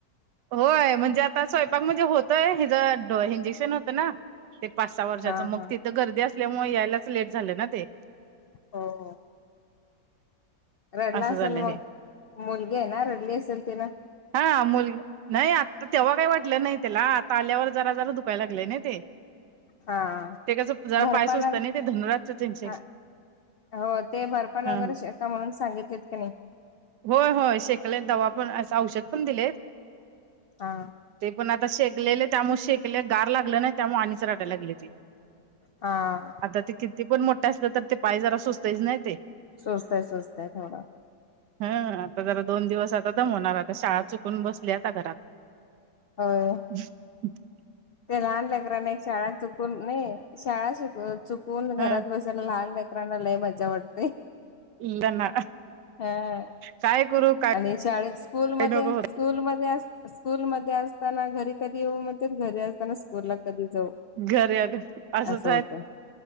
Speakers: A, on the right; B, on the left.
A: होय म्हणजे आता स्वयंपाक म्हणजे होतंय हिचं इंजेक्शन होतं नां ते पाच सहा वर्षाचं
B: हा
A: मग
B: हा
A: तिथं गर्दी असल्यामुळे यांयलांच लेट झालं ना ते
B: हो हो रडला
A: असं
B: असेल
A: झालं
B: मगं
A: हे
B: मुलगी आहे नां रडली असेल तिनं
A: हा मुलगी, नाही आता तेव्हा काही वाटलं नाही त्याला आता आल्यावर जरा जरा दुकायला लागलं नाही
B: हा
A: ते कसं जरा
B: भरपान
A: पायसुस्त असतं नाही ते धनुराजच इंजेक्शन
B: हा हो ते भरपान
A: हा
B: वगैरे शेका म्हणून सांगितलेत की नाही
A: होय होय शेकले दवा पणं असं औषध पणं दिले आहे
B: हा
A: ते पण आता शेकलेले त्यामुळें शेकले गार लागलं ना त्यामुळे आणिच राडायंला लागली ती
B: हां
A: आता ते किती पणं मोठा असलं तरी ते पाय जरा सुचतच नाहीं ते
B: सुस्तय सुस्तय थोडा
A: हा आता जरा दोन दिवस आता दमवणार आता शाळा चुकून बसली आता घरांत
B: हो
A: ह <unintelligible>
B: ते लहान लेकराने एक शाळां चुकून नाहीं शाळां चुकून घरांत
A: ह
B: बसं त्यात लहान लेकरांना मज्जा वाटतंय
A: त्यांना
B: हा
A: काय करू काय
B: आणि शाळेत स्कूल मध्ये
A: नको होत
B: स्कूल मध्ये अस स्कूलमध्ये असताना घरी कधी येऊ म्हणतात घरी असताना स्कूलला कधी जाऊ
A: घरी आलो असच
B: असं
A: आहेत
B: होतंय.